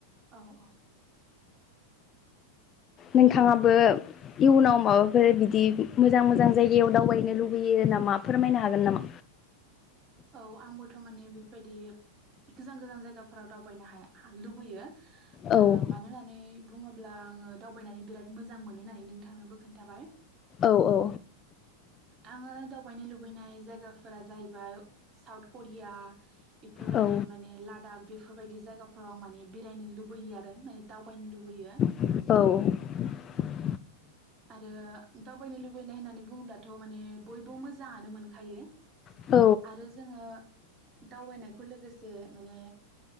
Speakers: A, on the right; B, on the left.
A: औ औ
B: नोंथाङाबो इयुनाव माबाफोर बिदि मोजां मोजां जायगायाव दावबायनो लुुबैयो नामा फोरमायनो हागोन नामा?
A: औ आंबोथ' माने बेफोरबायदि गोजान गोजान जायगाफोराव दावबायनो हाय-हा लुबैयो
B: औ
A: आ मानोहोननानै बुंङो- ब्ला आंङो दावबायनानै बिराद मोजां मोनो होननानै नोंथांनोबो खोन्थाबाय
B: औ औ
A: आंङो दावबायनो लुबैनाय जायगाफोरा जाहैबाय साउथ करिया इफोरबायदि
B: औ
A: माने लादाख बे- बफोरबायदि जायगाफोराव माने बेरायनो लुबैयो आरो माने दावबायनो लुबैयो।
B: औ
A: आरो दावबायनो लुबैनाय होननानै बुङोब्ला थ' माने बयबो मोजांङानो मोनखायो
B: औ
A: आरो जोंङो दावबायनायखौ लोगोसे माने